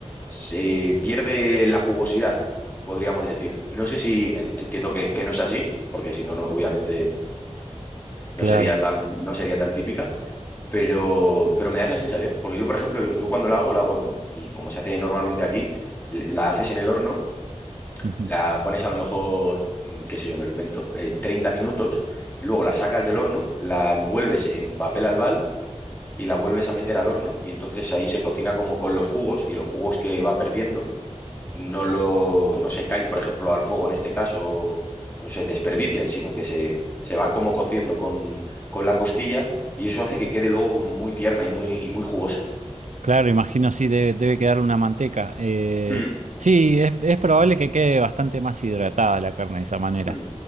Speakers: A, on the left; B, on the right.
A: se pierde la jugosidad, podríamos decir. No sé si en- entiendo que, que no es así, porque si no, no, obviamente no
B: Claro.
A: sería tan, no sería tan típica pero, pero me da esa sensación, porque yo, por ejemplo, yo, yo cuando la hago, la hago, en- y como se hace normalmente aquí, l- la haces en el horno,
B: Ujú.
A: la pones a lo mejor, mm, qué sé yo, me lo invento, eh, 30 minutos, y luego la sacas del horno, la envuelves en papel albal y la vuelves a meter al horno, y entonces ahí se cocina como con los jugos y los jugos que va perdiendo, no lo, no se caen, por ejemplo, al fuego en este caso, o, o se desperdician, sino que se, se va como cociendo con, con la costilla y eso hace que quede luego como muy tierna y muy, y muy jugosa.
B: Claro, imagino sí, debe, debe quedar una manteca. Eh,
A: Mm,
B: sí, es, es probable que quede bastante más hidratada la carne de esa manera.
A: mm,